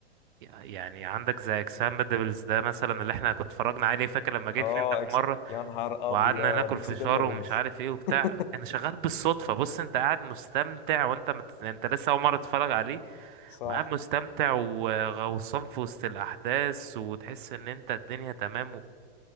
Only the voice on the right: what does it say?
يعني عندك زي اكسبندبلز ده مثلا اللي احنا كنت اتفرجنا عليه فاكر لما جيت
لي انت
في مرة
وقعدنا
ناكل
فشار ومش عارف ايه
وبتاع كان شغال بالصدفة بص انت قاعد مستمتع وانت مت... انت لسه اول مرة تتفرج عليه
وقاعد مستمتع وغوصان في وسط الاحداث وتحس ان انت الدنيا تمام